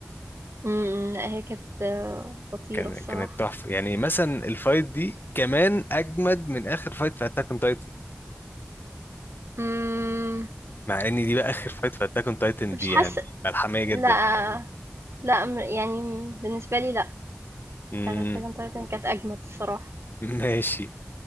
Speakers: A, on the right; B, on the left.
A: امم لا هي كانت آه، خطيرة
B: كان
A: الصراحة
B: كانت تحفه يعني مثلا الفايت دي كمان اجمد من اخر فايت في اتاك اون تايتن
A: امم
B: مع ان دي بقى اخر فايت في اتاك اون تايتن
A: مش
B: دي
A: حاسة
B: يعني ملحميه جدا
A: لا لا م- يعني بالنسبة لي لا
B: امم
A: بتاعت اتاك اون تايتن كانت اجمد الصراحة
B: <laughs> ماشي